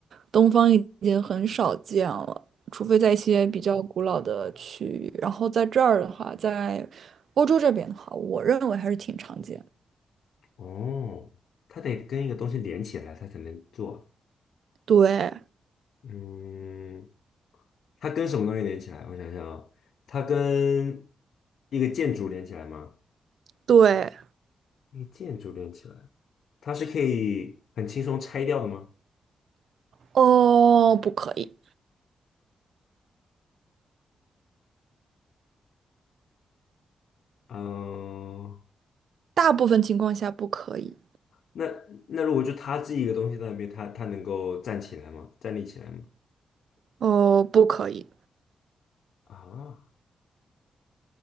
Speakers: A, on the right; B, on the left.
A: 东方已经很少见了，除非在一些比较古老的区域。然后在这儿的话，在欧洲这边的话，我认为还是挺常见的
B: 哦，它得跟一个东西连起来，它才能做。
A: 对
B: 嗯，它跟什么东西连起来？我想想啊，它跟一个建筑连起来吗？
A: 对，
B: 一个建筑连起来，它是可以很轻松拆掉的吗？
A: 哦，不可以，
B: 嗯，
A: 大部分情况下不可以。
B: 那那如果就它自己一个东西在那边，它它能够站起来吗？站立起来吗？
A: 哦，不可以，
B: 啊，